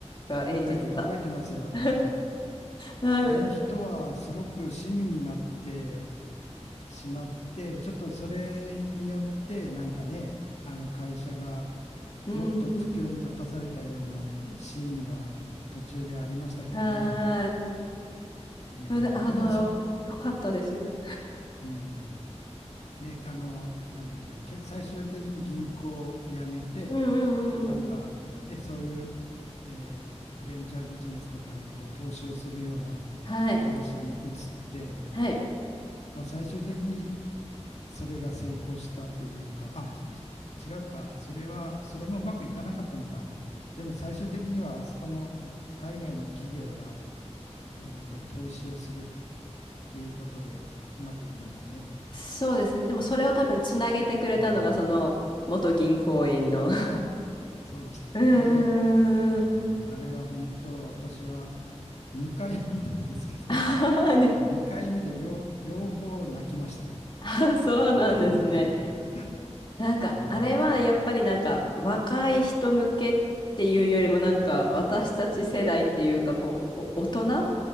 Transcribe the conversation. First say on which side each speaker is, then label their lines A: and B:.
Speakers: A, on the left (about 45°); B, on the left (about 70°).
A: が演じてた。
B: はい。覚えてますよ。
A: <laughs>
B: はい。
A: あの、
B: あの人はすごく親身になってしまって、ちょっとそれによってなんかね、あの会社が
A: うん、
B: もっと苦境に立たされたようなシーンが途中でありましたけどね。
A: はーい。
B: うん。
A: でもねあの、
B: でもさ、
A: よかったです。
B: うん。ね、あの、なんだっけな、け最終的に銀行を辞めて、
A: うんうんうんうん。
B: なんか、ね、そういう、えーベンチャービジネスとかにこう投資をするような
A: はい。
B: 会社に移って、
A: はい。
B: まあ、最終的にそれが成功したというか、あ、じ違うか、それは、それもうまくいかなかったのか。でも最終的にはあそこの海外の企業が、えーと、投資をするっていうことでうまくいったんですね。
A: そうですね。でもそれを多分つなげてくれたのが、
B: うん。
A: その、元銀行員の。<laughs>
B: あ、そうでしたかね。
A: うーん。
B: うん。あれは本当私は2回 <laughs> 見たんですけど
A: あーね
B: もう2回見て両、両方泣きましたね。
A: あ、<laughs> そうなんですね。
B: はい <laughs> 泣きました。
A: なんか、
B: 本当。
A: あれはやっぱりなんか、若い人向けっていうよりも、なんか、私たち世代っていうか、もう、お大人な